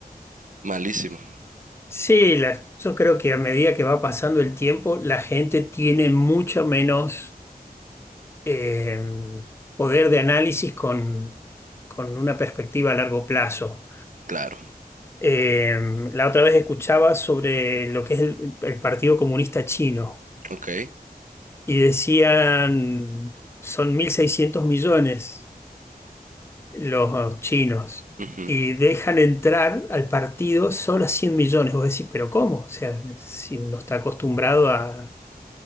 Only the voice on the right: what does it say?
Malísimo,
claro.
Ok.
ujú.